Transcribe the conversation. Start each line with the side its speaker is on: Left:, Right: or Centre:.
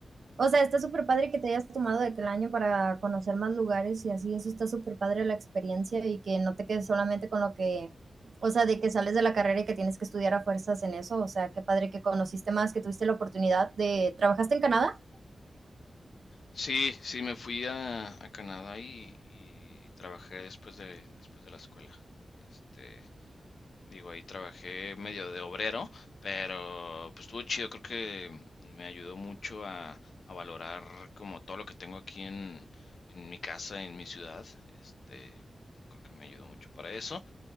Right: O sea, está súper padre que te hayas tomado de que el año para conocer más lugares y así, eso está súper padre la experiencia y que no te quedes solamente con lo que, o sea, de que sales de la carrera y que tienes que estudiar a fuerzas en eso. O sea, qué padre que conociste más, que tuviste la oportunidad de... ¿Trabajaste en Canadá?
Left: sí, sí, me fui a, a Canadá y, y trabajé después de, después de la escuela. Este, Digo, ahí trabajé medio de obrero, pero pues estuvo chido, creo que me ayudó mucho a, a valorar como todo lo que tengo aquí en, en mi casa, en mi ciudad. Este, creo que me ayudó mucho para eso,